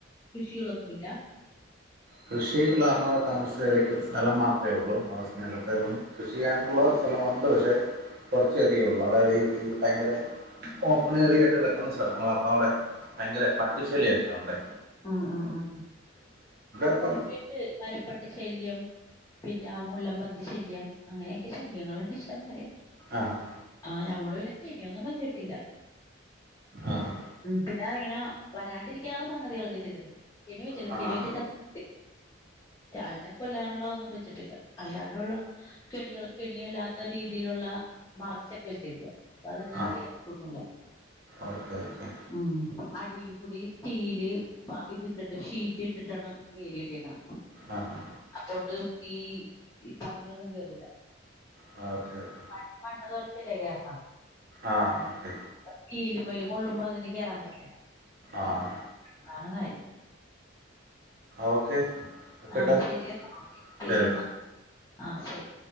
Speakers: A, on the left; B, on the right.
A: കൃഷികളൊന്നുല്ല.
B: കൃഷി നമ്മളൾ താമസച്ച് രക്കുന്ന സ്ഥലം മാത്രമേ ഉള്ളൂ <unintelligible> കൃഷി ചെയ്യാനുള്ള സ്ഥലമുണ്ട് പക്ഷെ. കോറച്ച് ഏറിയ ഉള്ളൂ അവിടെ ഈ ഭയങ്കര ഓപ്പൺ ഏറിയ ആയിട്ട് കിടക്കുന്ന സ്ഥലങ്ങള അപ്പ അവിടെ. ഭയങ്കര പട്ടിശല്ലിയൊക്കെയണ്ട്.
A: ആഹ് ആഹ് ആഹ് അപ്പഴക്ക്
B: ഇപ്പം
A: വരപട്ട് ശല്യം. പിന്നെ മുല്ലമ്പന്തി ശല്യം അങ്ങനെയൊക്കെ ശല്യങ്ങളുണ്ട് ഇഷ്ടന്മാരെ.
B: ആഹ്.
A: ആഹ് ഞമ്മള് പിന്നെ കെനിയൊന്നും വച്ചിട്ടില്ല.
B: ആഹ്.
A: ഉം പിന്നെ ഇങ്ങനെ വരാണ്ടിരിക്കാനുള്ള സംഗതികൾ. ചെയ്തിട്ടണ്ട് കെണിവെച്ചില്ല
B: ആ
A: കെണി
B: ആ
A: ചത്തു അതിനെ കൊല്ലാനുള്ളതൊന്നും വെച്ചിട്ടില്ല അല്ലാണ്ടുള്ള കെണികൾ കെണിയല്ലാത്ത രീതിയിലുള്ള മറച്ചൊക്കെ വെച്ചുക അപ്പൊ അത്ങ്ങക്കത്തൊന്നുമില്ല
B: ആ ഓക്കെ ഒക്കെ
A: ഉം അടിൽ കൂടി സ്റ്റീല് ബാക്കി ഇത്ട്ടിട്ട് ഷീറ്റ് ഇട്ടിട്ടാണ് വേലി കിട്ടിയേക്കണം
B: ആഹ്
A: അപ്പൊണ്ട് ഈ പന്നിഒന്നും കേയറൂല
B: ആ ഓക്കെ ഓക്കെ
A: പ പണ്ണ് കുറച്ചില്ലേ കേയറണത്
B: ആ ഓക്കെ
A: സ്റ്റീൽമ്മേ കൊള്ളുമ്പോ അതിന് കേയറാൻ പറ്റില്ല
B: ആഹ്
A: അതാണ് കാര്യം
B: ഓക്കെ വെക്കട്ടെ
A: ആഹ് ശരിയെന്നാ ശരിയെന്നാ
B: ശരി
A: ആഹ് ശരി